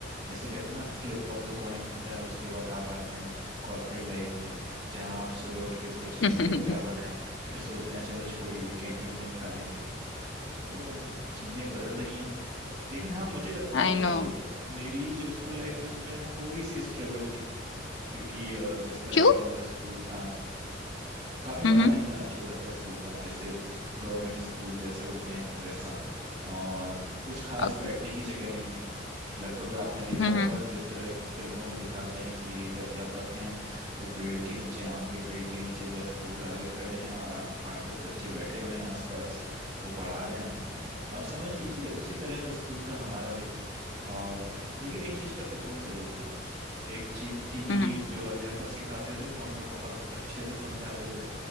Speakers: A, on the right (about 30°); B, on the left (about 80°).
A: जैसे कहते हैं ना फ्लिप ऑफ द कॉइन होता है और उसके बाद आप आते हैं कॉर्पोरेट लाइफ में जहाँ आप सुबह उठ के सोच रहे
B: <laughs>
A: हैं कि अब क्या बनाएं फिर सोचते हैं चलो छोड़िए कैंटीन में ही खा लेंगे तो चीजें बदल रही हैं लेकिन हाँ मुझे लगता है
B: I
A: कि
B: know
A: मेरी जो स्कूल लाइफ थी उसमें थोड़ी सी स्ट्रगल थी क्योंकि अ, जिस तरह
B: क्यों
A: का हमारा स्कूल था काफी
B: हम्म
A: बड़ा
B: हम्म
A: नहीं था छोटा सा स्कूल था जैसे गवर्नमेंट स्कूल जैसे होते हैं वैसा और कुछ खास
B: अक-
A: बैठने की जगह नहीं थी लगभग आपने देखा
B: हम्म
A: होगा
B: हम्म
A: जिस तरह की फिल्मों में दिखाते हैं कि एक अध्यापक हैं वो पेड़ के नीचे आम के पेड़ के नीचे बस बोर्ड लगाए खड़े हैं और आ- आठ दस बच्चे बैठे हुए हैं आसपास वो पढ़ा रहे हैं तो आप समझ लीजिए उसी तरह का स्कूल था हमारा भी और लेकिन एक चीज का सुकून जरूर था एक चीज थी कि
B: हम्म
A: जो अध्यापक सिखाते थे वो हमें बहुत अच्छे से समझाते थे